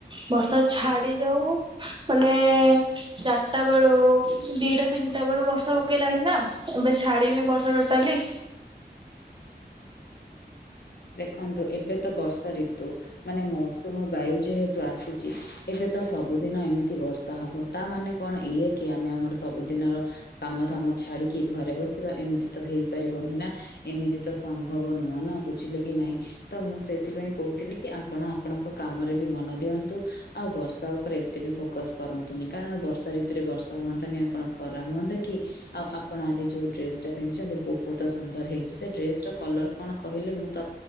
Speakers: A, on the right; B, on the left.
A: ବର୍ଷା ଛାଡି ଯାଉ ମାନେ ଚାରିଟା ବେଳୁ ଦିଟା ତିନିଟା ବେଳୁ ବର୍ଷା ପକେଇଲାଣି ନା ଏବେ ଛାଡିିନି ବର୍ଷା ଟୋଟାଲି।
B: ଦେଖନ୍ତୁ ଏବେ ତ ବର୍ଷା ଋତୁ। ମାନେ ମୌସୁମୀ ବାୟୁ ଯେହେତୁ ଆସିଛି ଏବେ ତ ସବୁଦିନ ଏମିତି ବର୍ଷା ହବ। ତା ମାନେ କଣ ଇଏ କି ଆମେ ଆମର ସବୁଦିନର କାମ ଧାମ ଛାଡିକି ଘରେ ବସିବା ଏମିତି ତ ହେଇପାରିବନି ନା ଏମିତି ତ ସମ୍ଭବ ନୁହଁ ନା। ବୁଝିଲେ କି ନାଇଁ? ତ ମୁଁ ସେଥିପାଇଁ କହୁଥିଲି କି ଆପଣ ଆପଣଙ୍କ କାମରେ ବି ମନ ଦିଅନ୍ତୁ ଆଉ ବର୍ଷା ଉପରେ ଏତେ ବି ଫୋକସ କରନ୍ତୁନି କାରଣ ବର୍ଷା ଋତୁରେ ବର୍ଷା ହୁଅନ୍ତାନି ଆଉ କଣ ଖରା ହୁଅନ୍ତା କି? ଆଉ ଆପଣ ଆଜି ଯୋଉ ଡ୍ରେସ ଟା ପିନ୍ଧିଛନ୍ତି ବହୁତ ସୁନ୍ଦର ହେଇଛି ସେ ଡ୍ରେସ କଲର କଣ? କହିଲେ ମୁଁ ତ